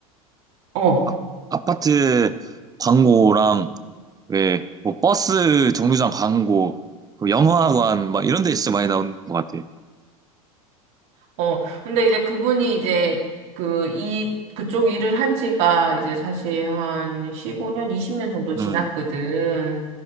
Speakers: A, on the right; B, on the right.
A: 어.
B: 아, 아파트 광고랑 왜 뭐 버스 정류장 광고, 그 영화관 막 이런 데 진짜 많이 나온 것 같아.
A: 어, 근데 이제 그분이 이제 그 이, 그쪽 일을 한 지가 이제 사실 한 15년, 20년 정도 지났거든.
B: 음,